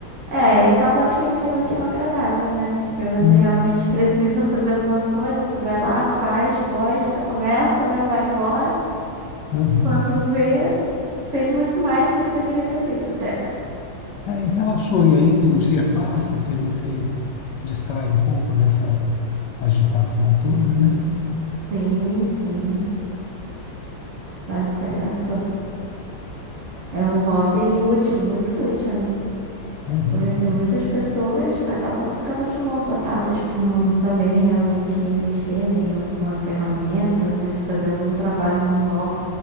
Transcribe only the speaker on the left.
Sim.
Uhum.
É, e relaxou, e aí o dia passa, você, você distrai um pouco dessa agitação toda, né?
Uhum.